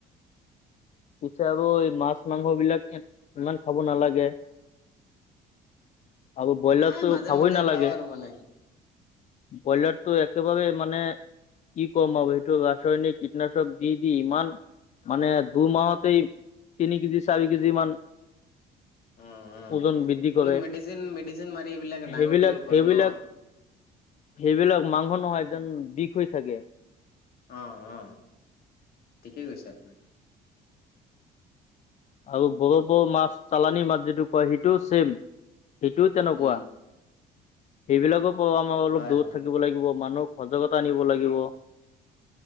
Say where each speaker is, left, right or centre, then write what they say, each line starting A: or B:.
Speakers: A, on the left; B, on the left.
A: পিছে আৰু এই মাছ-মাংস বিলাক ইমান খাব নালাগে। আৰু ব্ৰইলাৰটো
B: এই মাজে
A: খাবই
B: মধ্যে
A: নালাগে।
B: খাওঁ আৰু মানে
A: ব্ৰইলাৰটো একেবাৰেই মানে-। কি কম আৰু সেইটো ৰাসায়নিক কীটনাশক দি-দি ইমান মানে- দুই মাহতেই তিনি কেজি, চাৰি কেজি মান-
B: উম, উম।
A: ওজন বৃদ্ধি কৰে।
B: অলপ মেডিচিন মেডিচিন মাৰি এইবিলাক ডাঙৰ
A: সেইবিলাক-সেইবিলাক-
B: দীঘল কৰে ন।
A: সেইবিলাক মাংস নহয় যেন বিষ হৈ থাকে।
B: অঁ', -অঁ', ঠিকেই কৈছে আপুনি।
A: আৰু বৰ-বৰ মাছ, চালানি মাছ সেইটো কয় সেইটোও ছেইম। সেইটোও তেনেকুৱা,
B: উম,
A: সেইবিলাকো আমাৰ অলপ
B: হয়,
A: দূৰত
B: হয়,
A: থাকিব লাগে। দিব লাগিব, মানুহক সজাগতা আনিব লাগিব।